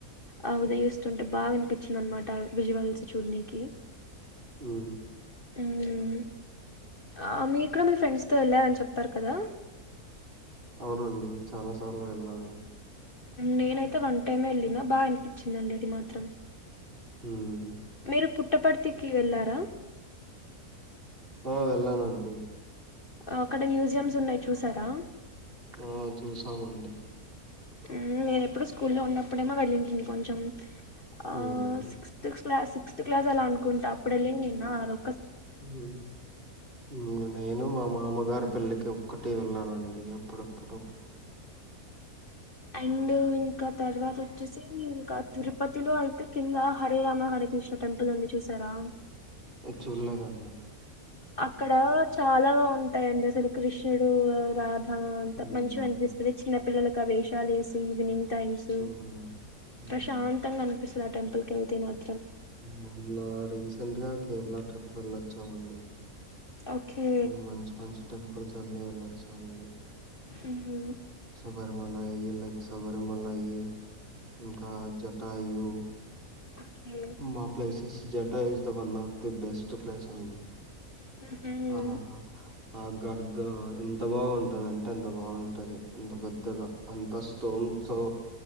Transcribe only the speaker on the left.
ఆ ఉదయిస్తుంటే బాగా అనిపిచ్చింది అనమాట విజువల్స్ చూడనికి
మ్మ్ ఆ మీ ఇక్కడ మీ ఫ్రెండ్స్ తో వెళ్ళారని చెప్పారు కదా
నేనైతే వన్ టైమ్ ఎళ్ళినా బా అనిపిచ్చిందండి అది మాత్రం
<unintelligible> పుట్టపర్తికి వెళ్ళారా
అక్కడ మ్యూజియమ్స్ ఉన్నాయి చూసారా
మ్మ్ నేను ఎప్పుడో స్కూల్లో ఉన్నప్పుడేమో వెళ్ళింటిని కొంచెం ఆ
సిక్త్స్ క్లాసి <unintelligible> సిక్త్స్ క్లాస్ అలా అనుకుంట అప్పుడెళ్ళిన్నిన్నా ఆరో
అండ్ ఇంకా తర్వాత వచ్చేసి ఇంకా తిరుపతిలో అయితే కింద హరేరామ హరకృష్ణ టెంపుల్ ఉంది చూశారా
అక్కడ చాలా బావుంటాయండి అసలు కృషుడు <inaudible> రాద్ ఆ అంతా
మంచిగ అనిపిస్తుది చిన్న పిల్లలకు అవేషాలు వేసి ఈవినింగ్ టైమ్స్
ప్రశాంతంగా అన్ పిస్తది టెంపుల్ కెళ్తే మాత్
ఓకే
ఉమ్
ఓకే.
ఉహు.